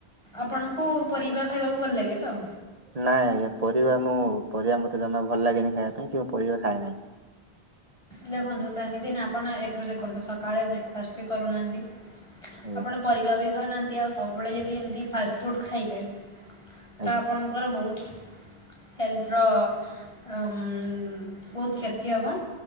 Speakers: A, on the left; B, on the right.
A: ଆପଣଙ୍କୁ ପରିବା ଖାଇବାକୁ ଭଲ ଲାଗେ ତ?
B: ନାଇଁ ଆଜ୍ଞା ପରିବା ମୁଁ ପରିବା ମତେ ଜମା ଭଲ ଲାଗେନି ଖାଇବା ପାଇଁ କି ମୁଁ ପରିବା ଖାଏ ନାହିଁ।
A: ଦେଖନ୍ତୁ ସେମିତି ନା ଆପଣ ଏକରେ ଦେଖନ୍ତୁ ସକାଳେ ବ୍ରେକ ଫାଷ୍ଟ ବି କରୁନାହାନ୍ତି।
B: ଆଜ୍ଞା
A: ଆପଣ ପରିବା ବି ଖାଉନାହାନ୍ତି ଆଉ ସବୁବେଳେ ଯଦି ଏମିତି ଫାଷ୍ଟଫୁଡ଼ ଖାଇବେ ତ
B: ଆଜ୍ଞା
A: ଆପଣ ଙ୍କର ବହୁତ ହେଲଥ୍ ର ବହୁତ କ୍ଷତି ହେବ।